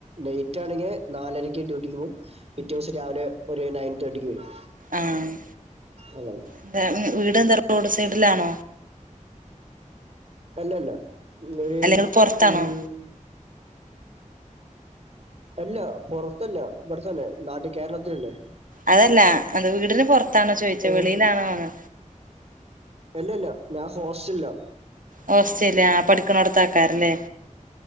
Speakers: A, on the right; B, on the right.
A: നൈറ്റാണെങ്കെ നാലരയ്ക്ക് ഡ്യൂട്ടിക്ക് പോവും പിറ്റേ ദിവസം രാവിലെ ഒരു ണയൻ തേർട്ടിക്ക് വരും
B: ആഹ്
A: അങ്ങനെ
B: എന്താ വീട് എന്താ റോഡ് സൈഡിലാണോ
A: അല്ലഅല്ല <unintelligible> ര്
B: അല്ലെങ്കിൽ പൊറത്താണോ
A: ഉം അല്ല പൊറത്തല്ല ഇവട്ത്തന്നെ നാട്ടി കേരളത്തി തന്നെ
B: അതല്ല എന്ത് വീടിന് പൊറത്താണോ ചോയ്ച്ച
A: ഏ
B: വെളിയിലാണോന്ന്
A: അല്ലല്ല ഞാ ഹോസ്റ്റൽലാ
B: ഹോസ്റ്റല് ആഹ് പഠിക്ക്ണോട്ത്താക്കാരംല്ലേ